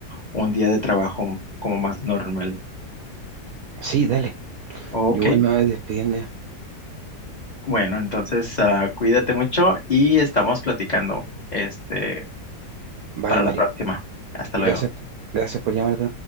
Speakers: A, on the left; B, on the right.
A: un día de trabajo como más normal.
B: Sí, dale.
A: Ok,
B: Yo igual me voy despidiendo ya.
A: bueno, entonces ah, cuídate mucho y estamos platicando este,
B: Vale,
A: para
B: Mario.
A: la próxima. Hasta
B: Gracias,
A: luego.
B: gracias por llamarte.